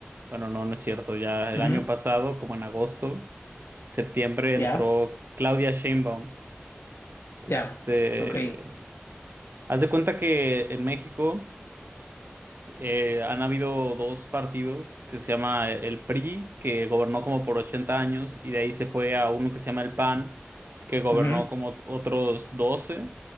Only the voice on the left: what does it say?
Ujú.
Ya,
ya,
ok.
Ujú.